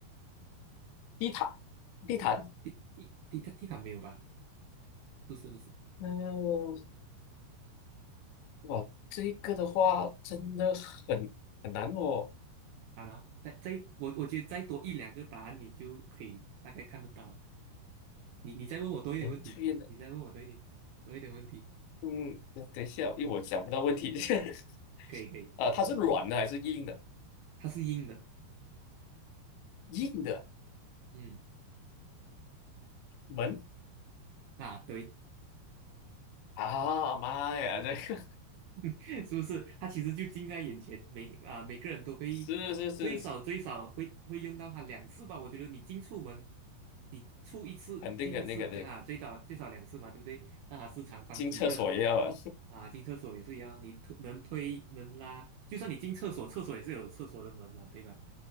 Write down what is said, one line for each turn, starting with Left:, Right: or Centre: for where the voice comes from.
Left: 地毯，地毯。
Right: 地地地毯地毯没有吧？不是不是，
Left: 嗯、哇，这个的话真的很很难哦，
Right: 啊，然后再再我我觉得再多一两个答案，你就可以大概看得到了你你再问我多一点问题，
Left: 能推能……
Right: 你再问我多一点多一点问题，
Left: 嗯，等一下，因为我想不到问题。<laughs>
Right: 可以可以，
Left: 啊，
Right: 没问题。
Left: 它是软的还是硬的？
Right: 它是硬的，
Left: 硬的
Right: 嗯，
Left: 门
Right: 啊，对。
Left: 啊，妈呀，这个
Right: <laughs> 是不是？它其实就近在眼前，每啊、每个人都会最少最少会会用到它两次吧。
Left: <laughs> 是是是，
Right: 我觉得你进出门，你出一次进一次啊，
Left: 肯定肯定肯定。
Right: 最少最少两次吧，对不对？那它是长方体的
Left: 进厕所也要啊。
Right: 啊，进厕所也是一样，你推能推能拉，就算你进厕所，厕所也是有厕所的门嘛，对吧？